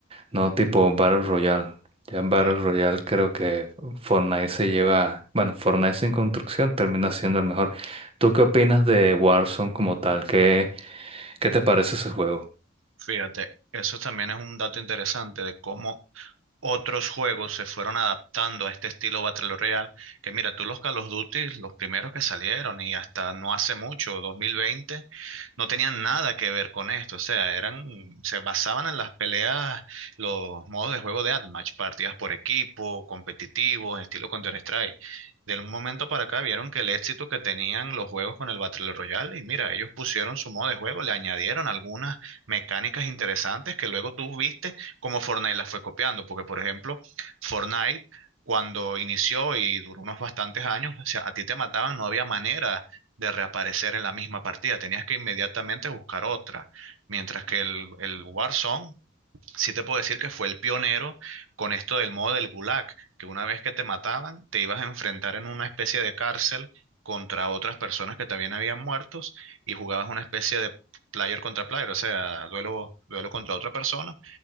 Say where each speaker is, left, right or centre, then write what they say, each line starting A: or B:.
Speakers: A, on the right (about 30°); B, on the right (about 80°).
A: no, tipo Battle Royale. Ya en Battle
B: claro.
A: Royale creo que Fortnite se lleva, bueno, Fortnite en construcción termina siendo el mejor. ¿Tú qué opinas de Warzone como tal? ¿Qué, qué te parece ese juego?
B: Fíjate, eso también es un dato interesante de cómo otros juegos se fueron adaptando a este estilo Battle Royale. Que mira, tú los Call of Duty, los primeros que salieron y hasta no hace mucho, 2020 no tenían nada que ver con esto, o sea, eran, se basaban en las peleas, los modos de juego de Admatch, partidas por equipo, competitivos, estilo Counter-Strike. De un momento para acá vieron que el éxito que tenían los juegos con el Battle Royale, y mira, ellos pusieron su modo de juego, le añadieron algunas mecánicas interesantes que luego tú viste como Fortnite las fue copiando, porque por ejemplo, Fortnite cuando inició y duró unos bastantes años, o sea, a ti te mataban, no había manera de reaparecer en la misma partida. Tenías que inmediatamente buscar otra. Mientras que el, el Warzone, sí te puedo decir que fue el pionero con esto del modo del Gulag, que una vez que te mataban, te ibas a enfrentar en una especie de cárcel contra otras personas que también habían muertos y jugabas una especie de player contra player, o sea, duelo, duelo contra otra persona